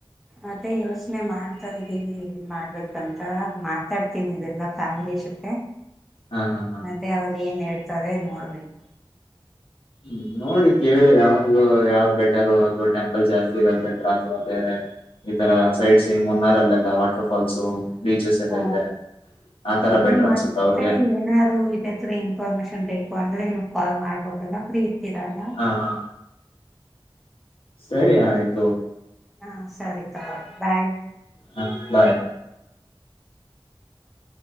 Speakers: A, in the centre; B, on the left.
A: ಅದೇ ಯೋಚ್ನೆ ಮಾಡ್ತಾ ಇದೀನಿ ಏನ್ ಮಾಡ್ಬೇಕಂತಾ ಮಾತಾಡ್ತೀನಿ ಇದೆಲ್ಲಾ ಫ್ಯಾಮಿಲಿ. ಜೊತೆ
B: ಹಾ ಹಾ ಹಾ
A: ಮತ್ತೆ ಅವರೇನ್ ಹೇಳ್ತಾರೆ ನೋಡ್ಬೇಕು.
B: ಹ್ಮ್ ನೋಡಿ ಕೇಳಿ ಅವ್ರಗೂ ಯಾವ್ದ್ ಬೆಟ್ಟರೂ ಅಥವಾ ಟೆಂಪಲ್ ಜಾಸ್ತಿ ಇರೋದ್ ಬೆಟ್ರಾ ಅಥವಾ ಬೇರೆ. ಈ ತರಾ ಸೈಟ್ ಸೀಂಗ್ ಮುನ್ನಾರಲ್ಲೆಲ್ಲಾ ವಾಟರ್ಫಾಲ್ಸೂ ಬೀಚಸ್ ಎಲ್ಲಾ
A: ಹ
B: ಇದೆ. ಆತರ
A: ಅದೇ
B: ಬೆಟರ್ ಅನ್ಸುತ್ತ
A: ಮತ್ತೆ
B: ಅವ್ರಿಗೆ
A: ಏನಾರು ಇದೇತ್ರರ ಇನ್ಫಾರ್ಮೇಶನ್ ಬೇಕು ಅಂದ್ರ ನಿಮಗ್. ಕ್ವಾಲ್ ಮಾಡ್ಬೋದಲ್ಲಾ ಫ್ರೀ ಇರ್ತೀರಾ ಅಲ್ಲಾ.
B: ಹ ಹಾ ಸರಿ ಆಯ್ತು.
A: ಹಾ ಸರಿ ತಗೊಳಿ ಬಾಯ್.
B: ಹ ಬಾಯ್
A: <inaudible>